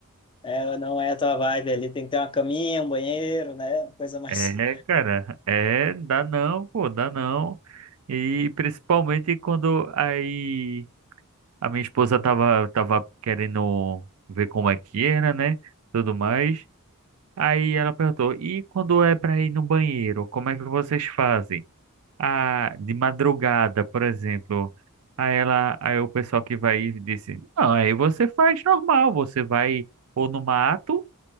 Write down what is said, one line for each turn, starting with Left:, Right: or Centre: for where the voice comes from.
Left: Ela não é a tua vibe ali, tem que ter uma caminha, um banheiro, né? Uma coisa mais.
Right: É, cara, é, dá não, pô, dá não. E principalmente quando aí a minha esposa tava, tava querendo ver como é que era, né? Tudo mais. Aí ela perguntou, e quando é para ir no banheiro, como é que vocês fazem? a, de madrugada, por exemplo. Aí ela, aí o pessoal que vai e disse, não, aí você faz normal, você vai ou no mato